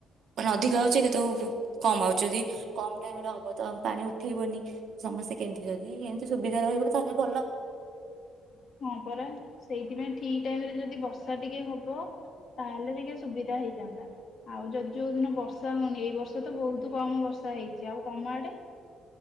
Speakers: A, on the right; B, on the left.
A: ନଦିକା ହାଉଛି କେତେ କମାଉ ଯ କମ ଟାଇମ ରେ ହବ ତ ପାଣି ଉଠେଇବନି ସମସ୍ତେ କେମତି ଯଦି ଏମିତି ସୁବିଧା ରହିବ ତାହେଲେ ଭଲ।
B: ହଁ ପରା ସେଇଥିପାଇଁ ଠିକ ଟାଇମ ରେ ଯଦି ବର୍ଷା ଟିକେ ହବ ତାହେଲେ ଟିକେ ସୁବିଧା ହେଇଯାନ୍ତା ଆଉ ଯଦି ଯୋଉ ଦିନ ବର୍ଷା ହଉନି ଏଇ ବର୍ଷ ତ ବହୁତ କମ ବର୍ଷା ହେଇଛି ଆଉ ତମ ଆଡେ